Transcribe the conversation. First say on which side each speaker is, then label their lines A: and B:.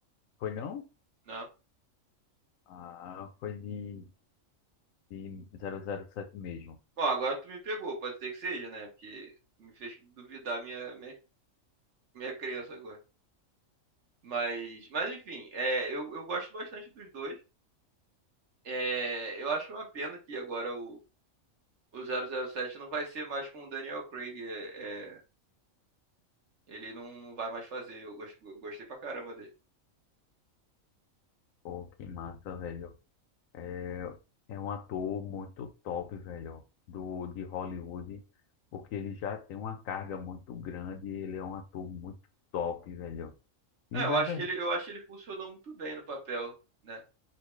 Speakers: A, on the left; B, on the right.
A: Foi não?
B: não.
A: Ah, foi de, de zero zero sete mesmo.
B: Bom, agora tu me pegou, pode ser que seja, né? Porque tu me fez duvidar minha, minha, minha crença agora. Mas, mas enfim, é, eu, eu gosto bastante dos dois. É, eu acho uma pena que agora o, o zero zero sete não vai ser mais com o Daniel Craig. É, é, ele não, não vai mais fazer. Eu, gos- eu gostei pra caramba dele.
A: Pô, que massa, velho. É, é um ator muito top, velho, do, de Hollywood, porque ele já tem uma carga muito grande, ele é um ator muito top, velho. E,
B: É, eu
A: na
B: acho
A: verdade,
B: que ele, eu acho que ele funcionou muito bem no papel, né?